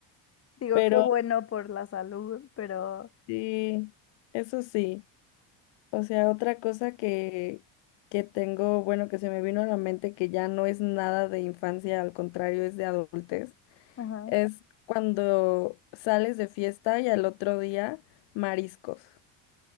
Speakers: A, on the left; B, on the left.
A: Digo,
B: Pero
A: qué bueno por la salud, pero...
B: sí, eso sí. O sea, otra cosa que, que tengo, bueno, que se me vino a la mente que ya no es nada de infancia, al contrario, es de adultez,
A: Ajá.
B: es cuando sales de fiesta y al otro día mariscos.